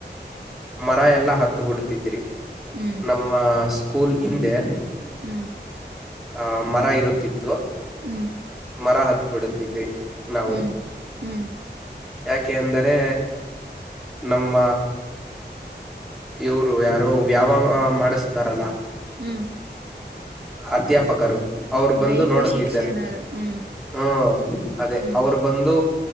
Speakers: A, in the centre; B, on the right (about 65°).
A: ಮರ ಎಲ್ಲಾ ಹತ್ತ ಬಿಡ್ತಿದ್ರಿ
B: ಹ್ಮ್
A: ನಮ್ಮ ಸ್ಕೂಲ್ ಹಿಂದೆ
B: ಹ್ಮ್
A: ಆಹ ಮರ ಇರುತ್ತಿತ್ತು
B: ಹ್ಮ್
A: ಮರ ಹಾತುಬಿಡುತಿದ್ದೆ ನಾವು
B: ಹ್ಮ್ ಹ್ಮ್
A: ಯಾಕೆ ಅಂದರೆ ನಮ್ಮ ಇವ್ರು ಯಾರು ವ್ಯಾವ ಮಾಡಿಸ್ತಾರಲ್ಲ
B: ಹ್ಮ್
A: ಅಧ್ಯಾಪಕರು ಅವರು ಬಂದು
B: ದೈಹಿಕ
A: ನೋಡುತ್ತಿದ್ದಾರೆ
B: ಶಿಕ್ಷಣ ಹ್ಮ್
A: ಹ್ಮ ಅದೇ
B: ಹ್ಮ್
A: ಅವರು ಬಂದು